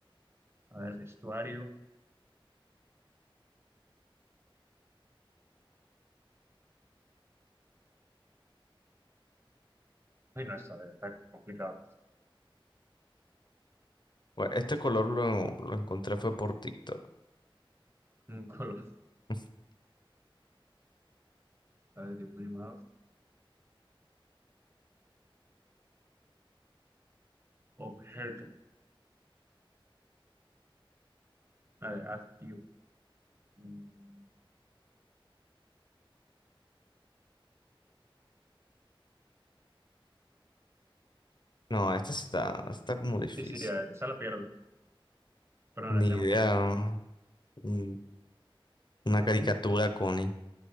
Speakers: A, on the right; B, on the left.
A: a ver, vestuario. Ay, no, está, está complicado.
B: Bueno, este color lo, lo encontré fue por TikTok.
A: Un color.
B: <laughs>
A: A ver, dibujos animados. Objeto. A ver, adjetivo. Mm.
B: No, este sí está, este está como difícil.
A: Sí, sí, eh, esa la pierdo. Pero
B: Ni
A: no sabemos
B: idea.
A: que le hemos dado.
B: Mm, Una
A: A
B: caricatura,
A: ver,
B: Connie.